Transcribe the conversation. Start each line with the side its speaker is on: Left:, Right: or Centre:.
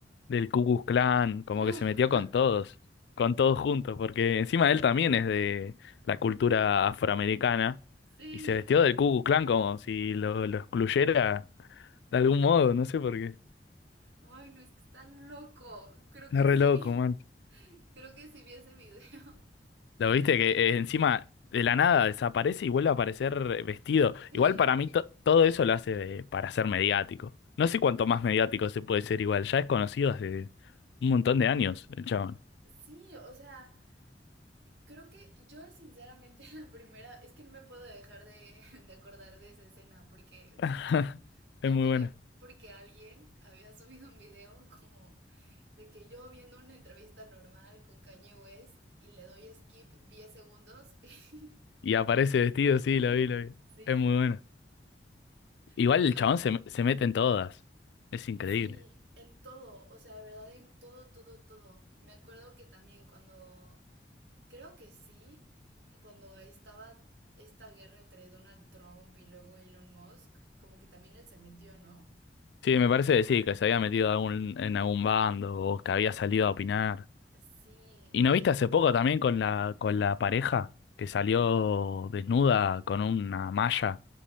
Left: del Ku Klux Klan, como
Right: no.
Left: que se metió con todos, con todos juntos, porque encima él también es de la cultura afroamericana
Right: Sí.
Left: y se vestió del Ku Klux Klan como si lo, lo excluyera de algún modo, no sé por qué.
Right: Ay, no, es que está loco. Creo
Left: Es
Right: que
Left: re
Right: sí
Left: loco,
Right: vi.
Left: man.
Right: <laughs> Creo que sí vi ese video. <laughs>
Left: Lo viste que eh, encima de la nada desaparece y vuelve a aparecer vestido.
Right: Sí.
Left: Igual para mí to- todo eso lo hace eh, para ser mediático. No sé cuánto más mediático se puede ser igual. Ya es conocido hace un montón de años el chabón.
Right: Sí, o sea, creo que yo sinceramente <laughs> la primera, es que no me puedo dejar de, <laughs> de acordar de esa escena porque
Left: <laughs>
Right: justo me
Left: Es
Right: enteré
Left: muy bueno.
Right: porque alguien había subido un video como de que yo viendo una entrevista normal con Kanye West y le doy skip 10 segundos <laughs> y,
Left: Y aparece vestido,
Right: y
Left: sí,
Right: sale.
Left: lo vi, lo vi.
Right: Sí,
Left: Es muy bueno. Igual
Right: pero
Left: el chabón se, se mete en todas. Es increíble.
Right: Sí, en todo, o sea, de verdad, en todo, todo, todo. Me acuerdo que también cuando, creo que sí, cuando estaba esta guerra entre Donald Trump y luego Elon Musk, como que también él se metió, ¿no?
Left: Sí, me parece que sí, que se había metido algún- en algún bando o que había salido a opinar.
Right: Sí,
Left: ¿Y
Right: o
Left: no
Right: sea,
Left: viste hace poco también con la, con la pareja que salió desnuda con una malla